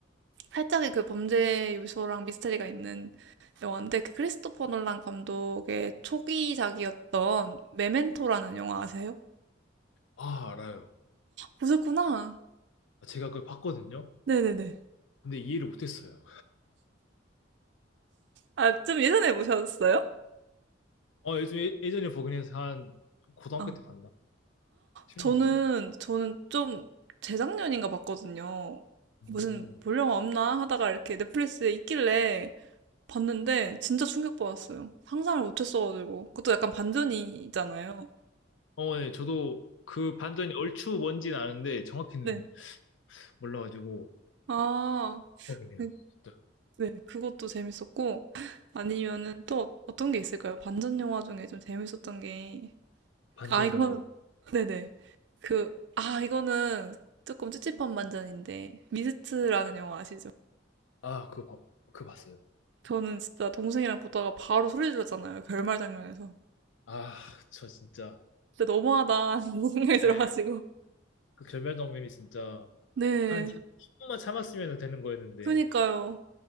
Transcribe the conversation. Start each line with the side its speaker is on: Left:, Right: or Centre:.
Right: 살짝의 그 범죄 요소랑 미스터리가 있는 영화인데 그 크리스토퍼 놀란 감독의 초기작이었던 메멘토라는 영화 아세요?
Left: 아, 알아요.
Right: 보셨구나.
Left: 제가 그걸 봤거든요.
Right: 네네네.
Left: 근데 이해를 못했어요.
Right: 아, 좀 예전에 보셨어요?
Left: 어, 예전, 예- 예전에 버그니에서 한 고등학교
Right: 아,
Left: 때 봤나? 10년
Right: 저는,
Left: 전.
Right: 저는 좀 재작년인가 봤거든요.
Left: 음.
Right: 무슨 볼 영화 없나 하다가 이렇게 넷플릭스에 있길래 봤는데 진짜 충격받았어요. 상상을 못했어가지고. 그것도 약간 반전이잖아요.
Left: 어, 네. 저도 그 반전이 얼추 뭔지는 아는데 정확히는
Right: 네.
Left: 몰라가지고.
Right: 아.
Left: 궁금해요.
Right: 네.
Left: 진짜.
Right: 네. 그것도 재밌었고 <laughs> 아니면은 또 어- 떤 게 있을까요? 반전 영화 중에 좀 재밌었던 게
Left: 반전
Right: 아, 이거
Left: 영화 중.
Right: <laughs> 네네. 그 아, 이거는 조금 찝찝한 반전인데 미스트라는 영화 아시죠?
Left: 아, 그거, 봐- 그거 봤어요.
Right: 저는 진짜 동생이랑 보다가 바로 소리 질렀잖아요. 결말 장면에서.
Left: 아, 저 진짜.
Right: 진짜 너무하다. <laughs> 이런 생각이 들어가지고.
Left: 네. 그 결말 장면이 진짜.
Right: 네.
Left: 한 10분만 참았으면 되는 거였는데.
Right: 그니까요.